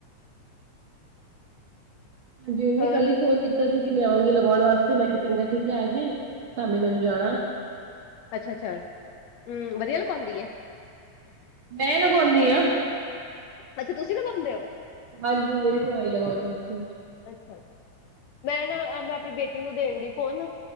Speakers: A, on the right; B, on the left.
A: ਹਾਂਜੀ, ਉਹਨੇ
B: ਹੋਰ
A: ਕੱਲ ਹੀ ਫੋਨ ਕੀਤਾ ਸੀ, ਕਿ ਮੈਂ ਆਊਗੀ ਲਗਾਉਣ ਵਾਸਤੇ ਮੈਂ ਕਿਹਾ ਚੰਗਾ ਠੀਕ ਹੈ ਆਜੀ ਧਾਮੀ ਮੈਨੂੰ ਜਾਣਾ
B: ਅੱਛਾ-ਅੱਛਾ, ਹਮ ਵਧੀਆ ਲੁਗਾਉਂਦੀ ਐ?
A: ਮੈਂ ਲਗਾਉਂਨੀ ਹਾਂ
B: ਆਸ਼ਾ ਤੁਸੀਂ ਲਗਾਉਦੇ ਹੋ?
A: ਹਾਂਜੀ, ਮੇਰੇ ਕੋਲ ਆਈ ਲਗਾਉਣ ਵਾਸਤੇ
B: ਅੱਛਾ, ਮੈਂ ਨਾ ਮੈਂ ਆਪਣੀ ਬੇਟੀ ਨੂੰ ਦੇਣ ਡੀ ਫੋਨ